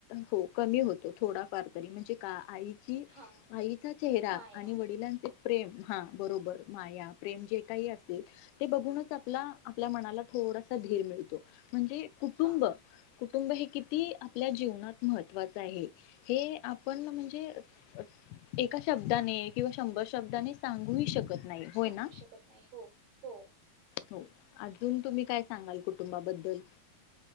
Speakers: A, on the left; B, on the right.
A: हो कमी होतो थोडा वारकरी म्हणजे का आई ती
B: हां
A: आईचा चेहरा
B: माया
A: आणि वडिलांचे प्रेम हा बरोबर माया प्रेम जे काही असेल ते बघूनच आपला आपल्या मनाला थोडंसं थोडा धीर मिळतो म्हणजे कुटुंब
B: हां
A: कु कुटुंब हे किती आपल्या जीवनात महत्त्वाचं आहे हे आपण म्हणजे एका शब्दाने किंवा शंभर शब्दाने सांगूही शकत नाही
B: <inaudible>
A: होय
B: सांगू
A: ना?
B: शकत नाही हो हो
A: हो अजून तुम्ही काय सांगाल कुटुंबाबद्दल?